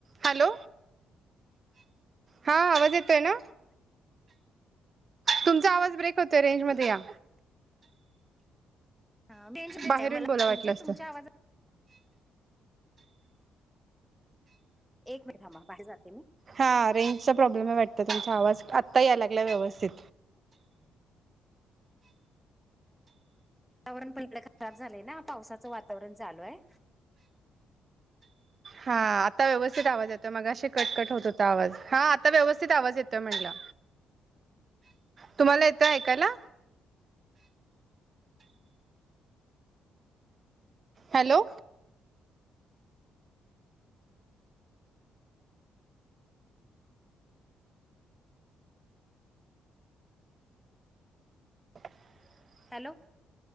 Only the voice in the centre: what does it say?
हा रेंजमध्येच
आहे
मला
म्हणजे
तुमच्या आवाजात एक मिनिट थांबा, बाहेर जाते मी.
वातावरण पण इकडं खराब झालंय ना, पावसाचं वातावरण चालू हाय.
हॅलो,